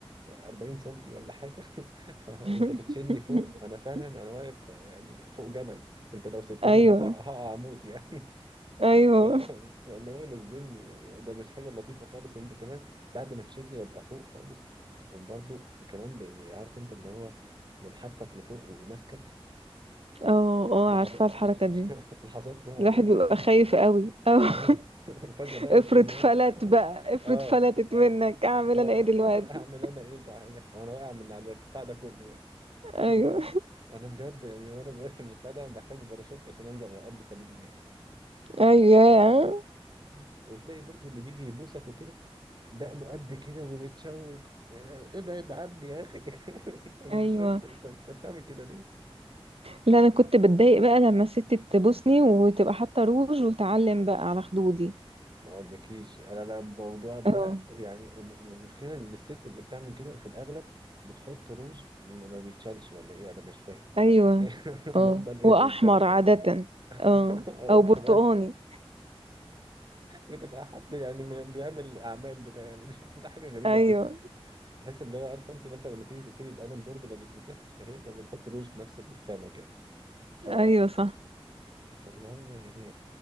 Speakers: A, on the right (about 45°); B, on the right (about 70°).
A: 40 سنتي ولا حاجه <laughs> فانت
B: <laughs>
A: بتشيلني فوق انا فعلا انا واقف يعني فوق جبل انت لو سبتني
B: ايوه
A: انا هقع هقع اموت يعني <laughs>
B: ايوه
A: ف... فاللي هو نزلني يعني ده مش حاجه لطيفه خالص انت كمان بعد ما تشيلني وابقى فوق خالص تقوم برضو كمان ب... ب- عارف انت اللي هو يقوم حاطك لفوق وماسكك
B: اه اه
A: لحظات
B: عارفه الحركه دي
A: <laughs> لحظات رعب
B: الواحد
A: بقى
B: بيبقى
A: يعني
B: خايف قوي أو <laughs>
A: اه <laughs> وفجأة بقى
B: افرض
A: تقوم ايه
B: فلت بقى
A: <laughs> اه
B: افرض فلتت منك اعمل
A: اه
B: انا ايه دلوقتي
A: <laughs> اعمل انا ايه صحيح وانا واقع من على الارتفاع ده كله يعني
B: <laughs> ايوه
A: <laughs> انا بجد يعني وانا صغير في الارتفاع ده محتاج باراشوت عشان انزل على الارض سليم يعني
B: ايوه
A: ف... <laughs> وتلاقي برضو اللي بيجي يبوسك وكده دقنه قد كده ومتشوك ابعد عني يا اخي <laughs> انا
B: ايوه
A: مش فاهم انت انت أنت بتعمل كده
B: لا انا كنت بتضايق بقى لما الست تبوسني وتبقى حاطه روج وتعلم بقى على خدودي
A: ما اقولكيش انا بقى الموضوع ده
B: اه
A: يعني الم- المشكله ان الست اللي بتعمل كده في الاغلب بتحط روج ما ما بيتشالش ولا ايه انا مش فاهم
B: ايوه
A: <laughs>
B: اه
A: بفضل يعني
B: واحمر
A: انت بقى
B: عاده
A: <laughs>
B: اه
A: اه
B: او
A: بتبقى
B: برتقاني
A: انت بتبقى حد يعني م- بيعمل اعمال بتاع يعني مش <laughs> مش حاجه غريبه
B: ايوه
A: جدا تحس اللي هو عارفه انت مثلا لما تيجي تكتبي بقلم بورد ما بيتمسحش هي بتحط روج نفس الخامه كده ف
B: ايوه صح
A: فاللي هو يعني